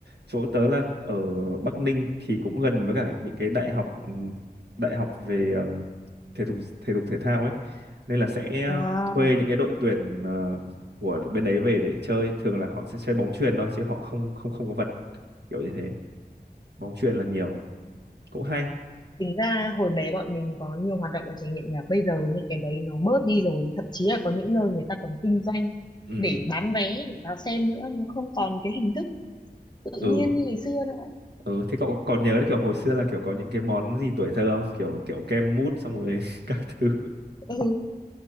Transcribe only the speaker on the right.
chỗ tớ là ở Bắc Ninh thì cũng gần với cả những cái đại học ừm, đại học về ờm, thể dục thể dục thể thao ấy nên là sẽ
thuê những cái đội tuyển ờ, của bên đấy về để chơi thường là họ sẽ chơi bóng chuyền thôi chứ họ không không không có vật kiểu như thế bóng chuyền là nhiều cũng hay
ừ
ừ
ừ thế cậu còn nhớ kiểu hồi xưa là kiểu có những cái món gì tuổi thơ không kiểu kiểu kem mút xong rồi <laughs> các thứ